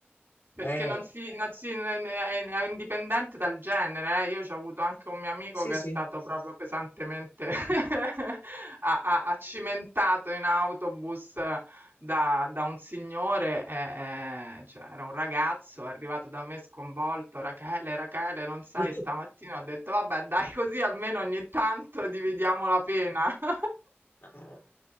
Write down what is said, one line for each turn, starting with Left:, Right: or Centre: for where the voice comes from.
Right: Perché
Left: Eh,
Right: non si, non si- è è indipendente dal genere, eh. Io ho avuto anche un mio amico
Left: sì,
Right: che
Left: sì.
Right: è stato proprio pesantemente <laughs> a- a- accimentato in autobus da, da un signore, eh, eh, cioè era un ragazzo, è arrivato da me sconvolto, Rachele, Rachele, non sai,
Left: <laughs>
Right: stamattina ho detto, vabbè, dai così almeno ogni tanto dividiamo la pena. <laughs>
Left: No,